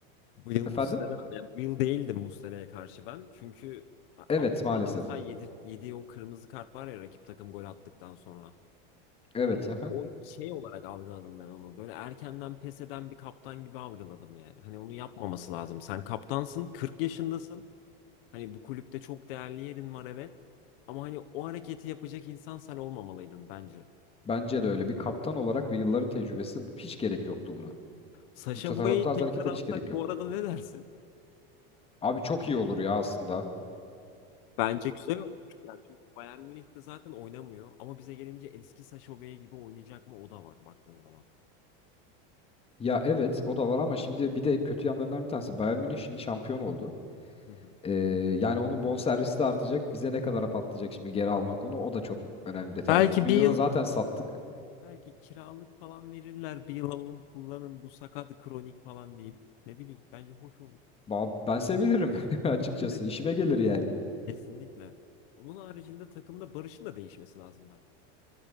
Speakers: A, on the left (about 70°); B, on the left (about 20°).
A: bu yıl
B: Efendim?
A: Muslera, ya bu yıl değildim Muslera'ya karşı ben. Çünkü A-
B: Evet
A: Avrupa'da
B: maalesef.
A: mesela yedi, yediği o kırmızı kart var ya rakip takım gol attıktan sonra.
B: Evet.
A: Hani
B: aha.
A: o şey olarak algıladım ben onu. Böyle erkenden pes eden bir kaptan gibi algıladım yani. Hani onu yapmaması lazım. Sen kaptansın, 40 yaşındasın. Hani bu kulüpte çok değerli yerin var evet. Ama hani o hareketi yapacak insan sen olmamalıydın bence.
B: Bence de öyle. Bir kaptan olarak ve yılların tecrübesi hiç gerek yoktu buna.
A: Sacha
B: Bu ta- ta-
A: Boey'i
B: bu tarz
A: tekrar
B: hareketler
A: alsak
B: hiç gerek yok.
A: bu arada ne dersin?
B: Abi çok iyi olur ya aslında.
A: Bence güzel olur. Yani çünkü Bayern Münih de zaten oynamıyor. Ama bize gelince eski Sacha Boey gibi oynayacak mı o da var baktığın zaman.
B: Ya evet o da var ama şimdi bir de kötü yanlarından bir tanesi Bayern Münih şimdi şampiyon oldu.
A: Hı hı.
B: Ee, yani onun bonservisi de artacak. Bize ne kadara patlayacak şimdi geri almak onu o da çok önemli detay.
A: Belki
B: 30 milyona
A: bir yıl
B: zaten sattık.
A: Belki kiralık falan verirler. Bir yıl alın kullanın bu sakat kronik falan deyip. Ne bileyim bence hoş olur.
B: Ba- Ben sevinirim <laughs> açıkçası.
A: Ben de çok
B: İşime
A: isterim.
B: gelir yani.
A: Kesinlikle. Onun haricinde takımda Barış'ın da değişmesi lazım bence.